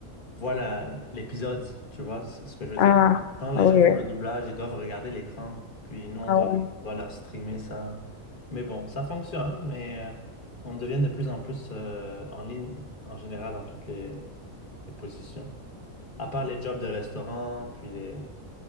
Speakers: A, on the left (about 40°); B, on the left (about 60°).
A: voilà l'épisode, tu vois, c'est ce que je veux
B: Ah,
A: dire. Quand les
B: oui.
A: gens font le doublage, ils doivent regarder l'écran, puis nous, on
B: Ah,
A: doit,
B: ouais.
A: on doit leur streamer ça. Mais bon, ça fonctionne, mais euh, on devient de plus en plus euh, en ligne, en général, dans toutes les, les positions. À part les jobs de restaurant, puis les,